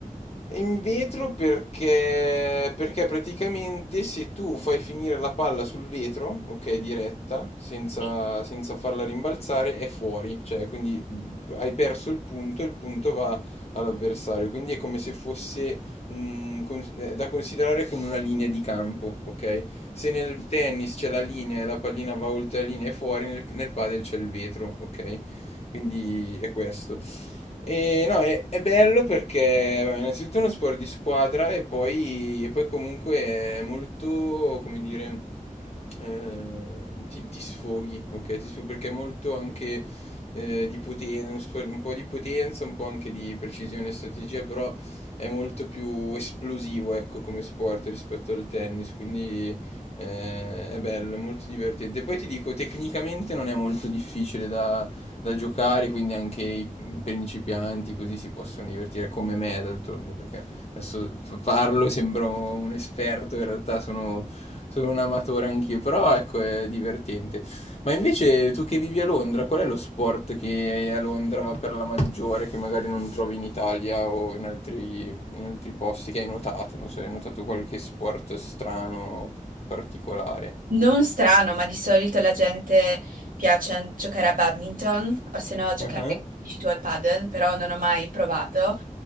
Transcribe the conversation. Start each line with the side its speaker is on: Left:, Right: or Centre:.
Left: è in vetro perché, perché praticamente se tu fai finire la palla sul vetro, ok, diretta, senza,
Right: Sì.
Left: senza farla rimbalzare, è fuori, cioè quindi mh, hai perso il punto e il punto va all'avversario, quindi è come se fosse un cons- è da considerare come una linea di campo, ok? Se nel tennis c'è la linea e la pallina va oltre la linea e fuori, nel, nel padel c'è il vetro, ok? Quindi è questo. E no, è, è bello perché vabbè, innanzitutto è uno sport di squadra e poi, e poi comunque è molto, come dire, ehm, ti, ti sfoghi, ok? Ti sfoghi perché è molto anche eh, di potenza, uno sport un po' di potenza, un po' anche di precisione e strategia, però è molto più esplosivo, ecco, come sport rispetto al tennis, quindi eh, è bello, è molto divertente. Poi ti dico, tecnicamente non è molto difficile da giocare, quindi anche i principianti così si possono divertire come me d'altronde, perché adesso parlo, sembro un esperto, in realtà sono, sono un amatore anch'io, però ecco è divertente. Ma invece tu che vivi a Londra, qual è lo sport che a Londra va per la maggiore, che magari non trovi in Italia o in altri, in altri posti, che hai notato? Non so, hai notato qualche sport strano, particolare?
Right: Non strano, ma di solito la gente piace an- giocare a badminton o se no giocare,
Left: Ah,
Right: dici tu, al padel, però non ho mai provato.